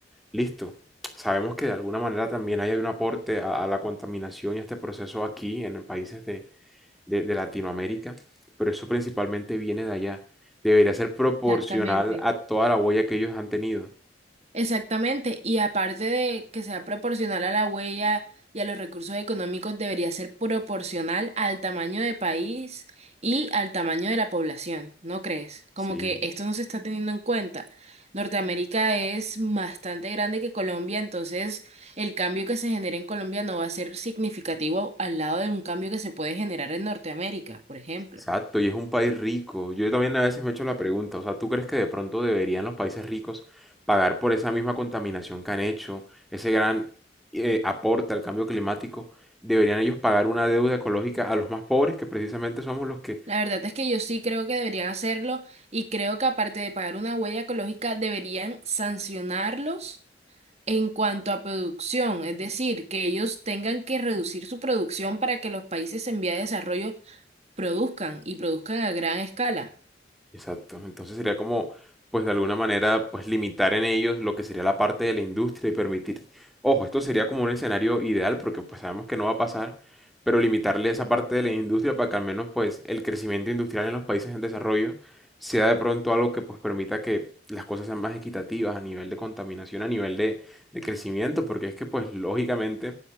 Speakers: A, in the centre; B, on the right.
A: Listo. Sabemos que de alguna manera también hay un aporte a, a la contaminación y a este proceso aquí en países de, de- de Latinoamérica, pero eso principalmente viene de allá. Debería ser proporcional
B: Exactamente.
A: a toda la huella que ellos han tenido.
B: Exactamente, y aparte de que sea proporcional a la huella y a los recursos económicos, debería ser proporcional al tamaño de país y al tamaño de la población, ¿no crees?
A: Sí,
B: Como que esto no se está teniendo en cuenta. Norteamérica es bastante grande que Colombia, entonces el cambio que se genera en Colombia no va a ser significativo al lado de un cambio que se puede generar en Norteamérica, por ejemplo.
A: exacto. Y es un país rico. Yo también a veces me he hecho la pregunta, o sea, ¿tú crees que de pronto deberían los países ricos pagar por esa misma contaminación que han hecho, ese gran eh, aporte al cambio climático? ¿Deberían ellos pagar una deuda ecológica a los más pobres, que precisamente somos los que
B: La verdad es que yo sí creo que deberían hacerlo y creo que aparte de pagar una huella ecológica, deberían sancionarlos en cuanto a producción, es decir, que ellos tengan que reducir su producción para que los países en vía de desarrollo produzcan y produzcan a gran escala.
A: Exacto. Entonces sería como, pues de alguna manera, pues limitar en ellos lo que sería la parte de la industria y permitir, ojo, esto sería como un escenario ideal porque pues sabemos que no va a pasar, pero limitarle esa parte de la industria para que al menos pues el crecimiento industrial en los países en desarrollo sea de pronto algo que pues permita que las cosas sean más equitativas a nivel de contaminación, a nivel de, de crecimiento, porque es que pues lógicamente